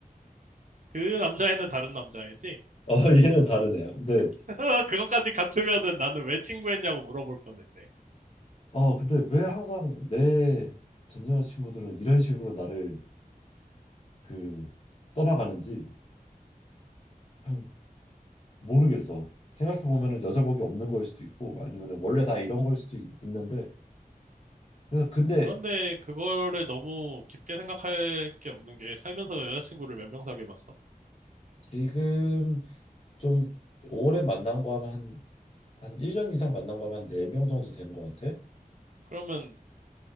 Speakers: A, on the right (about 55°); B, on the left (about 40°).
A: 그 남자애는 다른 남자애지?
B: <laughs> 어 얘는 다른 애야. 근데
A: <laughs> 그것까지 같으면은 나는 왜 친구했냐고 물어볼 뻔했네.
B: 어 근데 왜 항상 내 전 여자친구들은 이런 식으로 나를 그 떠나가는지 참 모르겠어. 생각해 보면은 여자복이 없는 걸 수도 있고 아니면은 원래 다 이런 걸 수도 있, 는데 그래서 근데
A: 그런데 그거를 너무 깊게 생각할 게 없는 게 살면서 여자친구를 몇 명 사귀어봤어?
B: 지금 좀 오래 만난 거 하면 한, 한 1년 이상 만난 거 하면 한 4명 정도 된 거 같아.
A: 그러면